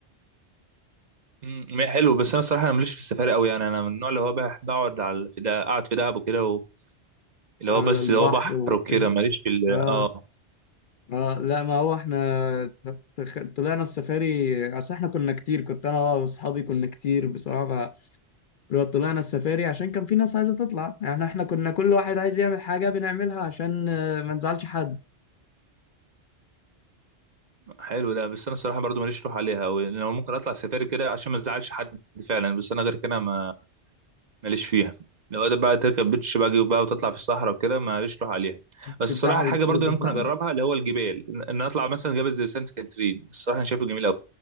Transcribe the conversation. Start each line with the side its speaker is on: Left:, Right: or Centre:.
Right: امم ما هي حلو بس انا الصراحه انا ماليش في السفاري قوي يعني انا من النوع اللي هو بحب اقعد على في ده اقعد في دهب وكده و- اللي
Left: على
Right: هو بس
Left: البحر
Right: اللي هو بحر
Left: وكان
Right: وكده ماليش في ال-
Left: اه
Right: اه
Left: اه لا ما هو احنا تخ- طلعنا السفاري اصل احنا كنا كتير كنت انا واصحابي كنا كتير بصراحة لو طلعنا السفاري عشان كان في ناس عايزة تطلع يعني احنا كنا كل واحد عايز يعمل حاجة بنعملها عشان آه، ما نزعلش حد
Right: حلو ده بس انا الصراحه برضو ماليش روح عليها أوي، لان انا ممكن اطلع سفاري كده عشان ما ازعلش حد فعلا بس انا غير كده ما ماليش فيها لو ده بقى تركب بيتش باجي وبقى وتطلع في الصحراء وكده ماليش روح عليها بس
Left: تتزحق
Right: الصراحه الحاجه برضو
Left: وتزحلقنا
Right: اللي ممكن اجربها اللي هو الجبال ان أنا اطلع مثلا جبل زي سانت كاترين الصراحه انا شايفه جميل قوي